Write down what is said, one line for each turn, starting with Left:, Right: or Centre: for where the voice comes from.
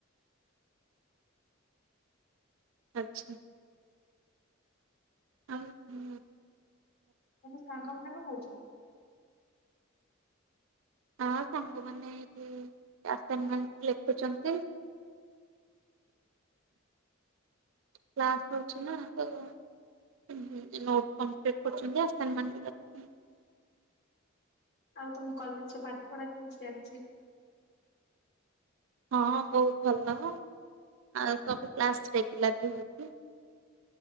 Right: ଆଚ୍ଛା। ଆଉ। ହୁଁ।
Left: ତମ ସାଙ୍ଗମାନେ କଣ କରୁଛନ୍ତି?
Right: ହଁ ସାଙ୍ଗମାନେ ଏଠିଁ ଆସାଇନମେଣ୍ଟ ଲେଖୁଛନ୍ତି। କ୍ଲାସ୍ ହଉଛି ନାଁ କେଇଁ ଜାଣି? ହଁଁ ନୋଟ ଫୋନ ପେଁକ କରୁଛନ୍ତି ଆସାଇନମେଣ୍ଟ ଲେଖୁଛନ୍ତି।
Left: ଆଉ ତମ କଲେଜ ଝିଅ ପାଠ ପଢା କେମିତି ଚାଣିଛି?
Right: ହଁ ବହୁତ ଭଲ ଆଉ ସବୁ କ୍ଲାସ ରେଗୁଲାର ବି ହେଉଛି।